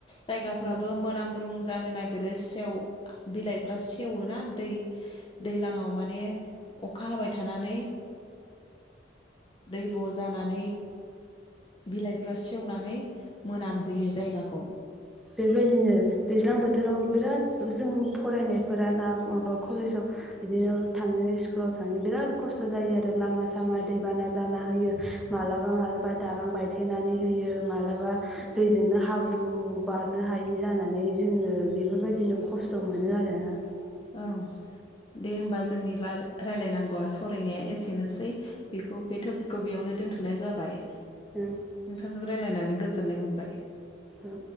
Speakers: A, on the left; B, in the centre.
A: जायगाफ्राबो
B: ओमफ्राय
A: मोनामब्रुं जानो नागिरो सेव बिलाइफ्रा सेवोना दै दैलांआव माने अखा हाबाय थानानै दैब' जानानै बिलाइफ्रा सेवना नै मोनामहोयो जायगाखौ।
B: बेबायदिनो दैज्लां बोथ थोराव बिराद जों फरायनायफोरा ना माबा खलेजाव बिदिनो थांनो स्कुलाव थांनो बिराद खस्थ' जायो आरो लामा सामा दैबाना जाना होयो मालाबा मालाबा दालां बायथेनानै होयो मालाबा दैजोंनो हाब्रु हायि जानानै जोङो बेफोरबायदिनो खस्थ' मोनो आरोना।
A: औ दे होमबा जोंनि रा रायलायनांगौआ सावरायनाया एसेनोसै। बेखौ बे थपिकखौ बेयावनो दोनथ' थनाय जाबाय। नोंथांजों
B: ओं
A: रायलायनानै गोजोननाय मोन बाय।
B: औ।